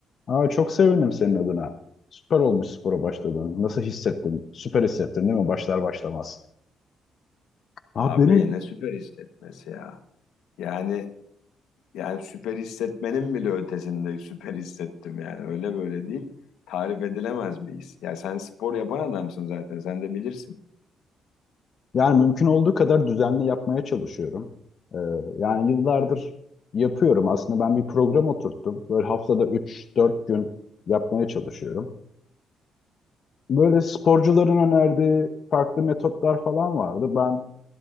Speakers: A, on the left; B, on the left.
A: Aa, çok sevindim senin adına. Süper olmuş spora başladığın. Nasıl hissettin? Süper hissettin değil mi? Başlar başlamaz. Aa,
B: Abi
A: benim
B: ne süper hissetmesi ya. Yani Yani süper hissetmenin bile ötesinde süper hissettim yani. Öyle böyle değil. Tarif edilemez bir his. Ya sen spor yapan adamsın zaten. Sen de bilirsin.
A: yani mümkün olduğu kadar düzenli yapmaya çalışıyorum. Ee, yani yıllardır yapıyorum. Aslında ben bir program oturttum. Böyle haftada üç dört gün yapmaya çalışıyorum. Böyle sporcuların önerdiği farklı metotlar falan vardı. Ben